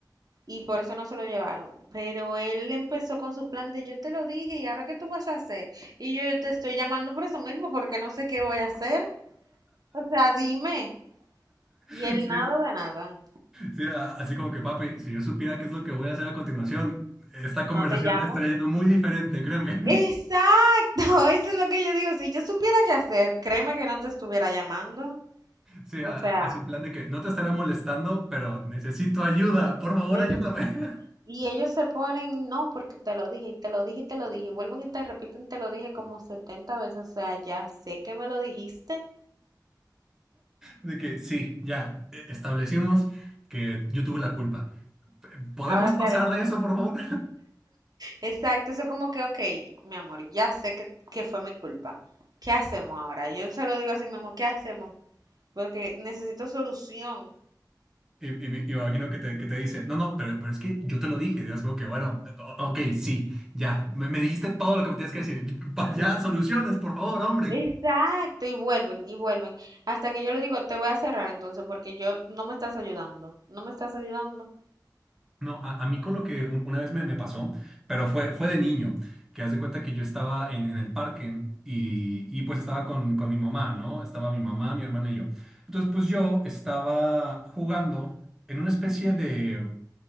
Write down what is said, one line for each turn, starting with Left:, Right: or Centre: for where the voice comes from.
Right: y por eso no se lo llevaron. Pero él empezó con su plan de yo te lo dije y ahora qué tú vas a hacer. Y yo, yo te estoy llamando por eso mismo porque no sé qué voy a hacer. O sea, dime.
Centre: Sí,
Right: Y el nada de nada,
Centre: sí, a- así como que, papi, si yo supiera qué es lo que voy a hacer a continuación, esta conversación
Right: no te llamo.
Centre: estaría yendo muy diferente, créeme. <laughs>
Right: Exacto, <laughs> eso es lo que yo digo. Si yo supiera qué hacer, créeme que no te estuviera llamando.
Centre: Sí, a-
Right: O sea,
Centre: a- así en plan de que no te estará molestando, pero necesito ayuda, por favor,
Right: neces-
Centre: ayúdame. <laughs>
Right: y ellos se ponen, no, porque te lo dije, y te lo dije, y te lo dije, y vuelven y te repiten, te lo dije como 70 veces. O sea, ya sé que me lo dijiste.
Centre: De que sí, ya, e- establecimos que yo tuve la culpa. P- ¿Podemos
Right: Ahora,
Centre: pasar
Right: ¿qué haremos?
Centre: de eso, por favor?
Right: Exacto, eso como que, ok, mi amor, ya sé que, que fue mi culpa. ¿Qué hacemos ahora? Yo se lo digo así mismo, ¿qué hacemos? Porque necesito solución.
Centre: Y, y me y me imagino que te, que te dice, no, no, pero, pero es que yo te lo dije. Y es como que, bueno, o- ok, sí, ya, me, me dijiste todo lo que me tienes que decir. <laughs> Ya, soluciones, por favor, hombre.
Right: Exacto, y vuelven, y vuelven. Hasta que yo le digo, te voy a cerrar entonces, porque yo no me estás ayudando, no me estás ayudando.
Centre: No, a, a mí con lo que un- una vez me, me pasó, pero fue, fue de niño, que haz de cuenta que yo estaba en, en el parque y, y pues estaba con, con mi mamá, ¿no? Estaba mi mamá, mi hermana y yo. Entonces, pues yo estaba jugando en una especie de...